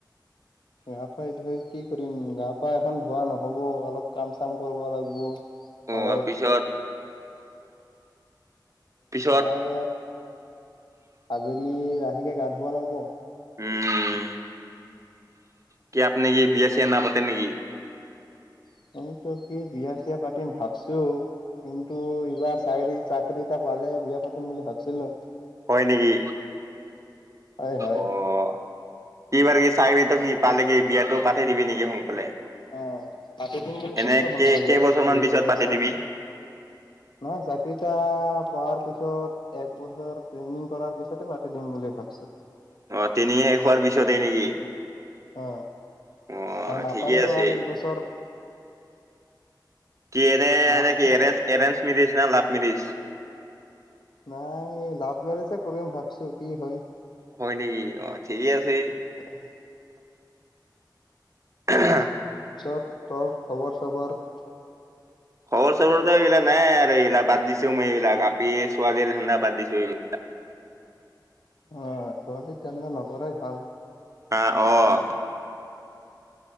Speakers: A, on the left; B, on the right.
A: <unintelligible> ধুই কি কৰিম, গা পা এখন ধোৱা নহ'ব অলপ কাম চাম কৰবা লাগব'। ঘৰত
B: অ'। পিছত পিছত
A: তাৰ, আবেলি লাহেকে গা ধুবা লাগিব।
B: উম,। কি আপনি কি বিয়া-চিয়া নাপাতে নেকি?
A: <unintelligible> বিয়া-চিয়া পাতিম ভাবছো। কিন্তু ইবাৰ চায়েৰি, চাকৰি এটা পালে বিয়া পাতিম বুলি ভাবছিলোঁ।
B: হয় নেকি?
A: হয় হয়
B: অ'। ইবাৰ কি চায়িৰি এটা কি পালে কি, বিয়াটো পাতি দিবি নেকি সোনকালে?
A: অ', পাতি দিম বুলি
B: এনে
A: কৈছো সোনকালে,
B: কেই কেইবছৰ মান
A: দুই
B: পিছত
A: হাজাৰ
B: পাতি
A: সাত।
B: দিবি <inaudible>
A: নহয় চাকৰি এটা পোৱাৰ পিছত, এক বছৰ ট্ৰেইনিং কৰাৰ পিছতে পাতি দিম বুলি ভাবিছো।
B: অ', ট্ৰেইনিং শেষ হোৱাৰ পিছতে নেকি?
A: অ
B: আহ,
A: আৰু নাপালেও
B: ঠিকেই আছে।
A: আৰু এইবছৰ
B: কি এনে,
A: নাপ
B: কি
A: নাপ
B: এৰে, এৰেঞ্জ মেৰিজ নে লাভ মেৰিজ?
A: নাই, এই লাভ মেৰিজে কৰিম ভাবছো, কি হয়।
B: হয় নেকি, অ', ঠিকে আছে।
A: হয়।
B: <inaudible>
A: পিছত, তোৰ খবৰ চবৰ।
B: খবৰ চবৰ এইবিলাক নাই আৰু এইগিলা বাদ দিছো মই, এইবিলাক আপি, ছোৱালীৰ ধান্দা বাদ দিছো এইবিলাক।
A: অ', ছোৱালীৰ ধান্দা নকৰাই ভাল।
B: আ', অ'।